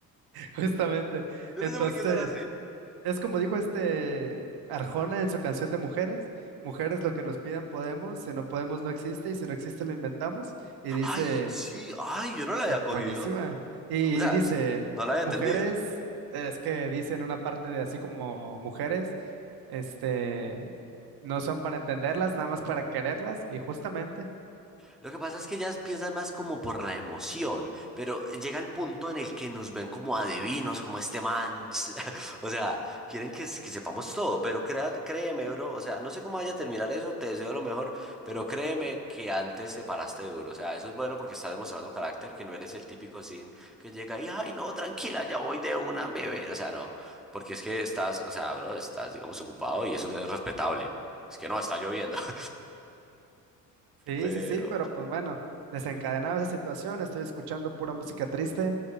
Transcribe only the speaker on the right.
justamente.
Entonces...
Es como dijo este Arjona en su canción de Mujeres, mujeres lo que nos pidan podemos, si no podemos no existe y si no existe lo inventamos. Y dice,
buenísima. Y
dice,
mujeres,
es que dice en una parte de así como mujeres, este, no son para entenderlas, nada más para quererlas. Y justamente.
Sí,
sí, sí, pero pues bueno, desencadenada esa situación, estoy escuchando pura música triste,